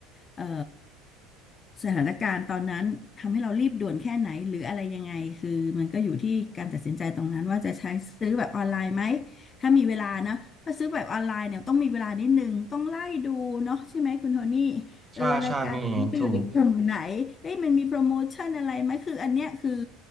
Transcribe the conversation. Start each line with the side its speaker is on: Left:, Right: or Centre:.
Left: เอ่อสถานการณ์ตอนนั้นทำให้เรารีบด่วนแค่ไหนหรืออะไรยังไงคือมันก็อยู่ที่การตัดสินใจตรงนั้นว่าจะใช้ซื้อแบบออนไลน์ไหมถ้ามีเวลานะถ้าซื้อแบบออนไลน์เนี่ยต้องมีเวลานิดนึงต้องไล่ดูเนาะใช่ไหมคุณโทนี่เออรายการนี้อยู่ในกลุ่มไหนเอ้ยมันมีโปรโมชั่นอะไรไหมคืออันเนี้ยคือ
Right: ใช่ใช่มีอย่างนั้นถูก